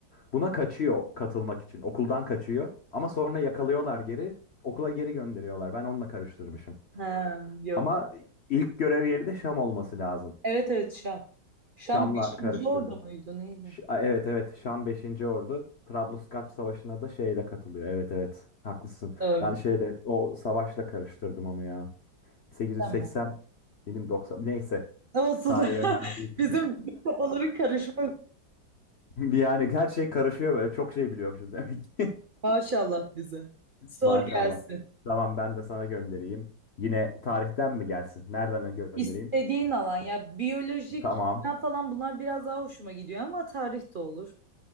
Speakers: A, on the left; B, on the right.
A: buna kaçıyor katılmak için. Okuldan kaçıyor ama sonra yakalıyorlar geri okula geri gönderiyorlar. Ben onunla karıştırmışım.
B: Ha, yok.
A: Ama ilk görev yeri de Şam olması lazım.
B: Evet evet Şam. Şam
A: Şam'la
B: beşinci
A: karıştırdım.
B: Ordu muydu neydi?
A: Ş- a, evet evet Şam beşinci Ordu. Trablusgarp Savaşı'na da şeyle katılıyor. Evet evet haklısın.
B: Doğru.
A: Ben şeyde o savaşla karıştırdım onu ya. 880
B: Tamam.
A: benim 90, neyse
B: Olsun.
A: tarihi önemli
B: <laughs>
A: değil.
B: Bizim, bizim kafaların karışma
A: <laughs> Yani her şey karışıyor böyle çok şey biliyormuşuz demek ki.
B: maşallah bize.
A: <laughs>
B: Sor
A: Maşallah.
B: gelsin.
A: Tamam ben de sana göndereyim. Yine tarihten mi gelsin? Nereden göndereyim?
B: İstediğin alan ya biyolojik
A: Tamam.
B: ya falan bunlar biraz daha hoşuma gidiyor ama tarih de olur.